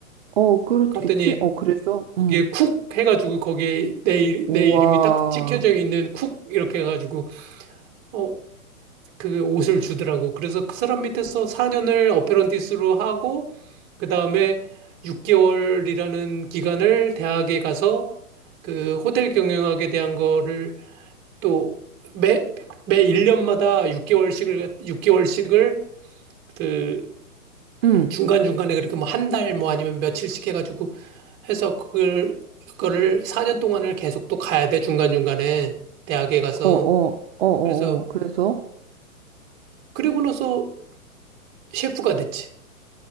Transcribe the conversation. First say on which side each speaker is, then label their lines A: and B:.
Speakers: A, on the right; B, on the right.
A: 어, 그렇겠지?
B: 갔더니
A: 어, 그래서?
B: 거기에
A: 응.
B: 쿡 해가지고 거기에 내, 이-
A: 우와.
B: 내 이름이 딱 찍혀져 있는 쿡 이렇게 해가지고 어 그 옷을 주더라고. 그래서 그 사람 밑에서 4년을 어페런티스로 하고 그 다음에 6개월이라는 기간을 대학에 가서 그 호텔 경영학에 대한 거를 또 매, 매 1년마다 6개월씩을, 육 개월씩을 그
A: 응.
B: 중간중간에 그렇게 뭐 한 달 뭐 아니면 며칠씩 해가지고 해서 그걸, 그거를 4년 동안을 계속 또 가야 돼. 중간중간에 대학에 가서.
A: 어, 어, 어, 어,
B: 그래서
A: 어. 그래서?
B: 그리고 나서 셰프가 됐지.